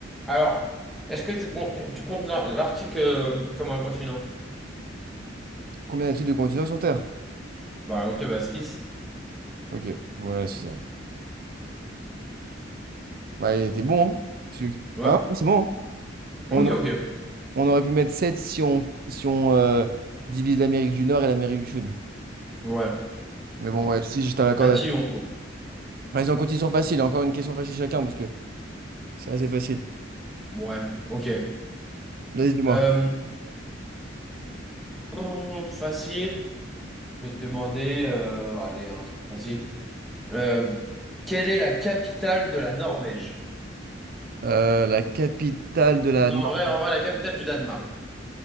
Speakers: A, in the centre; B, on the right.
A: Alors, est-ce que tu comptes, tu comptes l'Ar- l'Arctique euh, comme un continent?
B: Combien y a-t-il de continents sur Terre?
A: Bah, ok, bah 6.
B: Ok, ouais, c'est ça. Bah, il était bon, hein? Qu'est-ce que-
A: Ouais.
B: Hein? Ouais, C'est bon, hein?
A: Ok,
B: On, a-
A: ok.
B: on aurait pu mettre 7 si on, si on euh, divise l'Amérique du Nord et l'Amérique du Sud.
A: Ouais.
B: Mais bon,
A: Bon.
B: ouais, si je t'accorde.
A: Tati, on trouve.
B: Vas-y, on continue sur facile. Encore une question facile chacun, parce que... C'est assez facile.
A: Ouais, ok.
B: Vas-y, dis-moi.
A: Euh, Brrr, Facile. Je vais te demander, euh, allez, un truc facile. Euh, quelle est la capitale de la Norvège?
B: Euh, la capitale de la
A: Non,
B: Nor-
A: en vrai, en vrai, la capitale du Danemark.